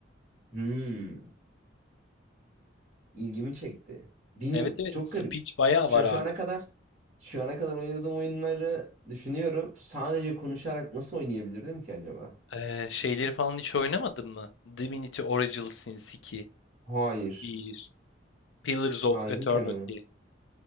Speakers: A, on the right (about 40°); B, on the left (about 80°).
A: Hmm. ilgimi çekti. Bilmiyorum
B: Evet evet,
A: çok
B: Speech
A: garip.
B: bayağı
A: Şu,
B: var abi.
A: şu ana kadar şu ana kadar oynadığım oyunları düşünüyorum. Sadece konuşarak nasıl oynayabilirdim ki acaba?
B: Ee, şeyleri falan hiç oynamadın mı? Divinity Original Sin 2,
A: Hayır.
B: bir Pillars of
A: Hayır
B: Eternity.
A: hiç oynamadım.